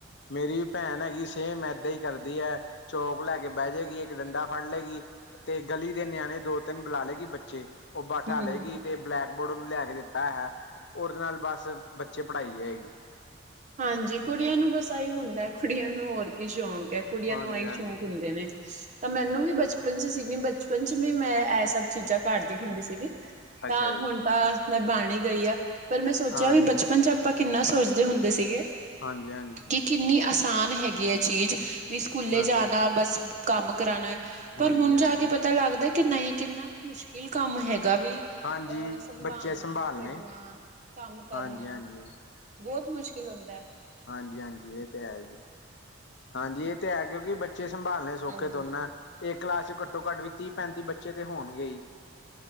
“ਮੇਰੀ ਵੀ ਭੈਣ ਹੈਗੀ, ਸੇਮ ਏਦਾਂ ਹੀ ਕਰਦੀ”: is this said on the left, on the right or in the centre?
Left